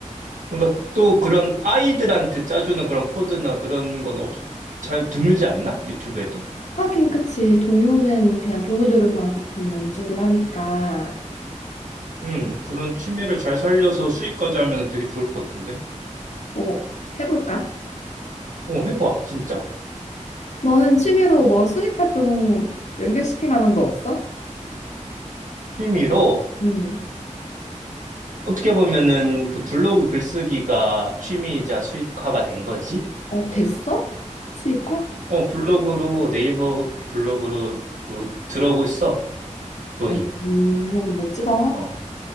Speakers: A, on the right; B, on the left.
A: 그러니까 또 그런 아이들한테 짜주는 그런 코드나 그런 건 없, 잘 드물지 않나? 유튜브에도?
B: 하긴 그치. 동요는 그냥 동요들만 보통 연주를 하니까.
A: 음. 그런 취미를 잘 살려서 수익까지 하면 되게 좋을 것 같은데.
B: 어 해볼까?
A: 어, 해봐, 진짜.
B: 너는 취미로 뭐 수익 활동 연결시킬 만한 거 없어?
A: 취미로.
B: 음.
A: 어떻게 보면은 그 블로그 글쓰기가 취미이자 수익화가 된 거지?
B: 어 됐어? 수익화?
A: 어, 블로그로, 네이버 블로그로 그 들어오고 있어, 돈이.
B: 오, 오, 야, 너 멋지다.
A: 어,